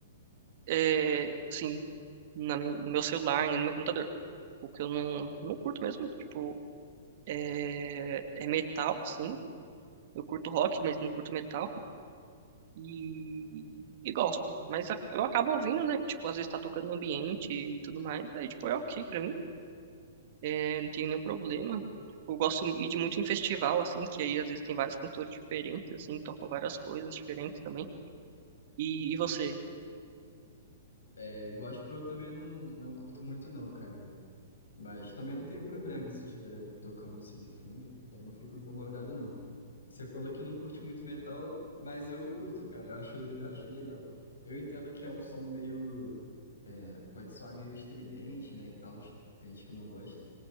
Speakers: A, on the right; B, on the left.
A: é, assim, na mi- no meu celular, nem no meu computador. Porque eu não, não curto mesmo. Tipo, é, é metal, sim. Eu curto rock, mas não curto metal. E, e gospel. Mas a- eu acabo ouvindo, né? Tipo, às vezes tá tocando no ambiente e tudo mais. Aí, tipo, é ok pra mim. É, não tem nenhum problema. Tipo, eu gosto de ir muito em festival, assim, que aí às vezes tem vários cantores diferentes, assim, tocam várias coisas diferentes também. E, e você?
B: É, gospel eu também não, não curto muito não, cara. Mas também não tenho problema se estiver tocando assim de fundo. Eu não fico incomodado não. Você falou que não curte muito metal, mas eu curto, cara. Eu acho, <laughs> eu acho legal. Eu entendo que é um som meio... é, pode soar meio estridente, né, e tal. Tem gente que não gosta.